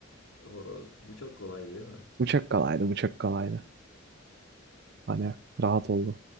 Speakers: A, on the left; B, on the right.
A: Horoz. Bu çok kolay değil mi?
B: Bıçak kalaydı, bıçak kalaydı. Hani rahat oldu.